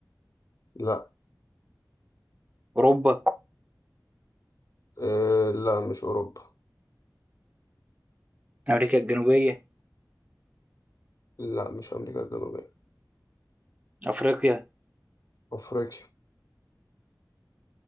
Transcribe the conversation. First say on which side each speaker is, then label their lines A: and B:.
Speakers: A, on the left (about 55°); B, on the right (about 20°).
A: لا
B: أوروبا
A: أه لا مش أوروبا
B: أمريكا الجنوبية
A: لا مش أمريكا الجنوبية
B: أفريقيا
A: أفريقيا